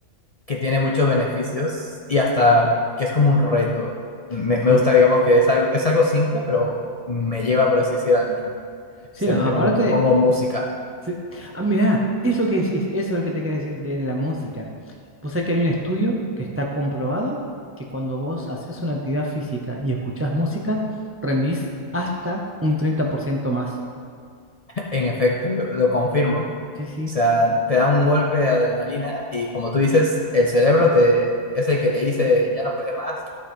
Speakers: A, on the left; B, on the right.
A: que tiene muchos beneficios y hasta que es como un reto. Me,
B: Sí,
A: me gusta, digamos, que es algo, es algo simple, pero me lleva, por así decir, al límite. Especialmente
B: sí, no, aparte,
A: cuando me pongo música.
B: sí. Ah, mirá, eso que decís, eso es lo que te quería decir de, de la música. Pues es que hay un estudio que está comprobado que cuando vos haces una actividad física y escuchás música, rendís hasta un 30% más.
A: <laughs> En efecto, yo lo confirmo. O
B: Sí, sí.
A: sea, te da un golpe de adrenalina y como tú dices, el cerebro te, es el que te dice, ya no puedes más.